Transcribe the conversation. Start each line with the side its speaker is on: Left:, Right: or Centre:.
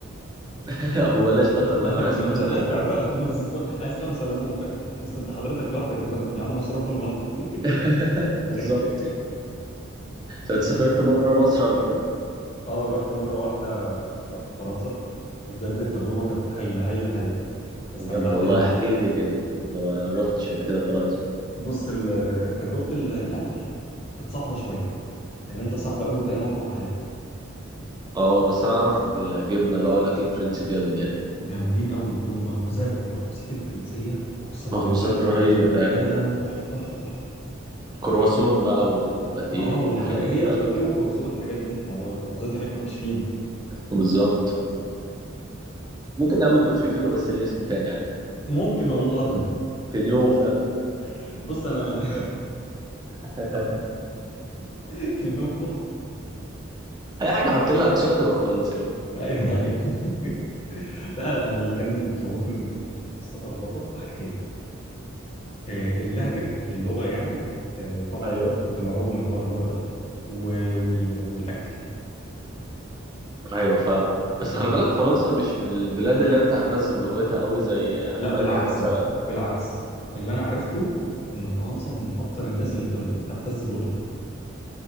Right: <laughs> ابو بلاش كتر
Left: <laughs>
Right: منه عايز
Left: ما
Right: خمسه
Left: انت دافع
Right: ليمون
Left: بقى <laughs> بس عايز خمسه ليمون بس انت حضرتك لوحدك يا فندم يا عم هشربهم لوحدي
Right: <laughs> بالظبط
Left: <laughs>
Right: انت سافرت بره مصر قبل كده
Left: اه رحت مره واحده رحت فرنسا وبجد التجربه كانت هايله هايله هايله استمتعت
Right: بجد والله
Left: هناك
Right: احكي لي كده انا ما روحتش قبل كده فرنسا
Left: بص ال- تجربه ال- الاكل كانت صعبه شويه لان انت صعب قوي تلاقي مطعم حلال
Right: اه بس اعرف ان الجبنه بقى والاكل الفرنسي جامد يعني
Left: جامدين قوي والمخبوزات المخبوزات الفرنسيه اقسم
Right: مخبوزات
Left: بالله
Right: رهيبه فعلا
Left: لا لا لا لا تحفه تحفه تحفه
Right: كرواسون بقى والباتيه
Left: اه
Right: والحاجات
Left: والحاجه
Right: دي
Left: هي
Right: فعلا
Left: باتيه وكروسيه والحاجات دي ما هو المخبوزات هناك ما فيش فين
Right: بالظبط ممكن يا عم يكون في فينو بس ليه اسم تاني يعني
Left: ممكن والله
Right: فينو فاهم
Left: <laughs> بص انا انا
Right: <laughs>
Left: <laughs> في نوم
Right: اي حاجه حط لها اكسوات تبقى فرنساوي
Left: ايوه ايوه <laughs> لا لا انا اللي كان خوفني من السفر بره حاجتين آه، اللهجه اللغه يعني آه، طبعا
Right: ايوه
Left: كنت مرعوب من حوار اللغه ده و- وال- والاكل
Right: ايوه فاهم بس
Left: فلا
Right: خلي بالك فرنسا مش من البلاد اللي هي بتعتز بلغتها قوي زي المانيا
Left: بالعكس
Right: مثلا
Left: بقى
Right: وكده
Left: بالعكس اللي انا عرفته ان فرنسا من اكتر الناس اللي بتغد- بتعتز بلغتها